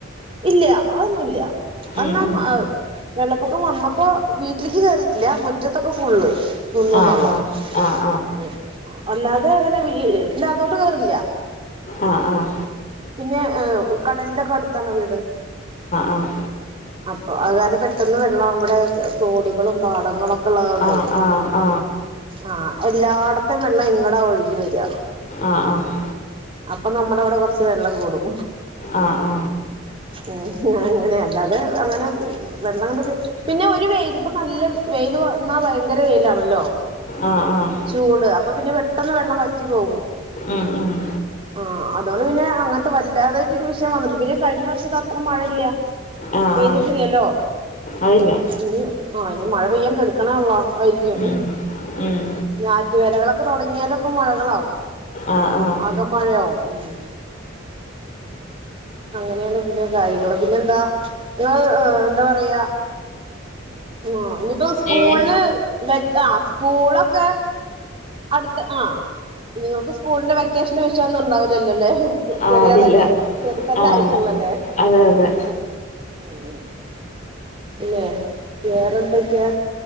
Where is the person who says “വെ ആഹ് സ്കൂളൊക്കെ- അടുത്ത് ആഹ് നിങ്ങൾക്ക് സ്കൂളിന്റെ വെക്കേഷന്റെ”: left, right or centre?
Right